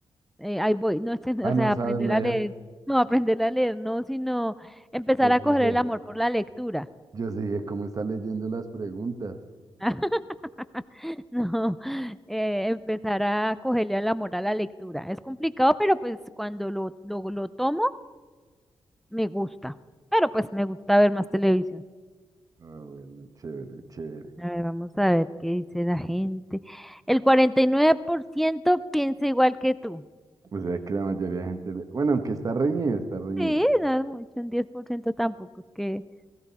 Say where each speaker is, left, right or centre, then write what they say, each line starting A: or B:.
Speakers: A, in the centre; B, on the right.
A: eh, ahí voy, no es que, o
B: Ah,
A: sea,
B: no sabes
A: aprender
B: leer.
A: a leer, no aprender a leer, no, sino empezar
B: Yo sí
A: a coger
B: dije,
A: el amor por la lectura.
B: yo sí dije, ¿cómo está leyendo las preguntas?
A: <laughs> No, eh, empezar a cogerle el amor a la lectura. Es complicado, pero pues cuando lo, lo, lo tomo, me gusta. Pero pues me gusta ver más televisión.
B: Ah, bueno, chévere, chévere.
A: A ver, vamos a ver qué dice la gente. El 49% piensa igual que tú.
B: O sea que la mayoría de gente... le- Bueno, aunque está reñido, está reñido.
A: Sí, no es mucho, un 10% tampoco. Es que,